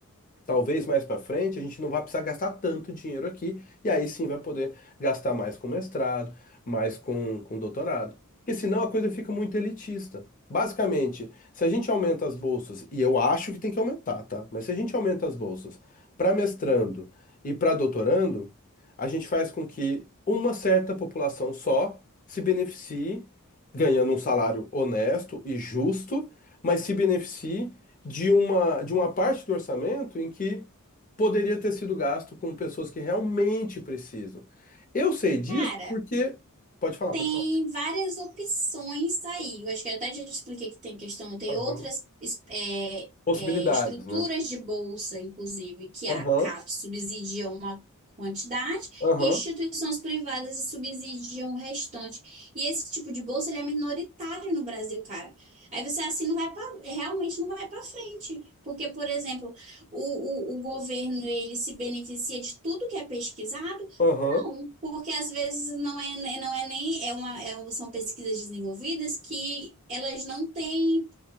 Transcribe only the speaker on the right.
cara.
Tem
várias opções tá aí. Eu acho que eu até já te expliquei que tem questão, tem
outras es- é,
é, estruturas
de bolsa, inclusive, que
a CAPES subsidia uma quantidade
e instituições privadas subsidiam o restante. E esse tipo de bolsa, ele é minoritário no Brasil, cara. Aí você assim não vai para, realmente não vai para frente, porque, por exemplo, o, o, o governo ele se beneficia de tudo que é pesquisado
não, porque às vezes não é, né, não é nem é uma, é um- são pesquisas desenvolvidas que elas não têm